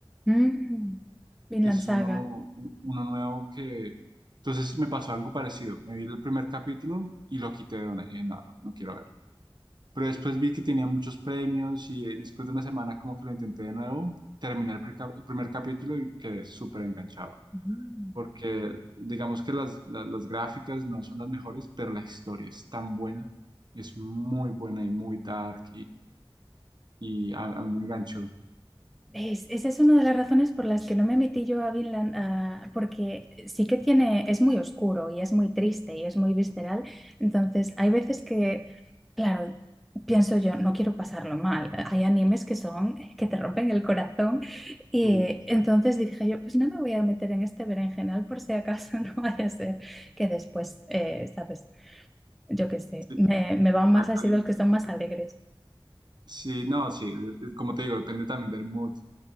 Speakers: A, in the centre; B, on the right.
A: Mm, Vinland
B: que es
A: Saga.
B: uno, uno nuevo que... Entonces me pasó algo parecido. Me vi el primer capítulo y lo quité de una. Y dije, no, no, no quiero verlo. Pero después vi que tenía muchos premios y eh, después de una semana como que lo intenté de nuevo, terminé el, pre- el primer capítulo y quedé súper enganchado.
A: Mm.
B: Porque digamos que las, las, las gráficas no son las mejores, pero la historia es tan buena, es muy buena y muy dark y a, a mí me enganchó.
A: ¿Ves? Esa es una de las razones por las que no me metí yo a Vinland, ah, porque sí que tiene, es muy oscuro y es muy triste y es muy visceral. Entonces, hay veces que, claro, pienso yo, no quiero pasarlo mal. Hay animes que son, que te rompen el corazón. Y
B: Uy.
A: entonces dije yo, pues no me voy a meter en este berenjenal por si acaso <laughs> no vaya a ser que después, eh, ¿sabes? yo qué sé,
B: Sí,
A: me, me van más
B: hay-
A: así
B: hay-
A: los que son más alegres.
B: sí, no, sí, es- como te digo, depende también del mood.